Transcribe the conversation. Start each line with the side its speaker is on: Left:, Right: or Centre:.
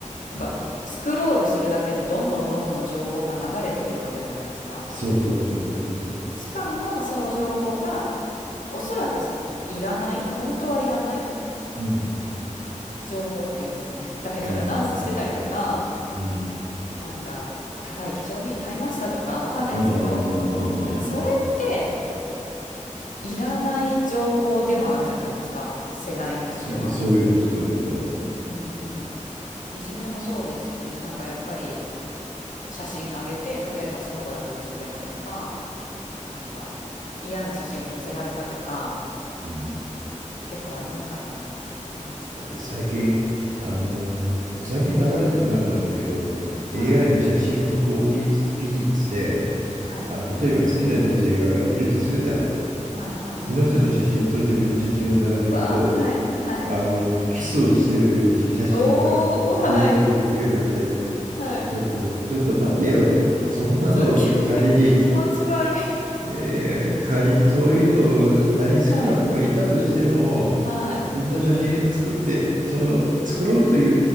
Left: なんかスクロールするだけでどんどんどんどん情報が流れてくるわけじゃないですか。
Right: ん。そうそうそうそうそう。
Left: しかもその情報がおそらくいらない本当はいらない
Right: うん。
Left: 情報っていうんですかね誰かがダンスしてたりとか
Right: うんうんうん。
Left: なんか高い化粧品買いましたとかわかんないですけど
Right: うんうんうんうんうんうん。
Left: なんかそれっていらない情報でもあるじゃないですか世代によっては。
Right: そ、そういうこと、そういうこと。
Left: うんうんうんいじめもそうですしねなんかやっぱり写真上げて例えばその子だけ写ってないとかなんか嫌な写真を載せられたとか
Right: うん。
Left: 結構ありますからね。うん。
Right: だって最近、あのー最近流れてこなくなったけど、
Left: はい。
Right: AI の写真加工技術、技術で、
Left: はい。
Right: あ、例えば好きな女性がいるとするじゃん。
Left: はいはい。
Right: その人の写真と自分の写真を並べると、
Left: うわ、はい、はい。
Right: あの、キスをしてる写真が
Left: おお、はい、
Right: 合成でできるなんて、
Left: はい。
Right: ちょっと、ちょっと待てよ。<laughs> そんなの仮に、
Left: ちょっと、き <laughs> 気持ち悪い。
Right: えー仮にそういうのを他人好きな子がいたとしても、
Left: はい、はい。
Right: そんな写真作って、その作ろうとい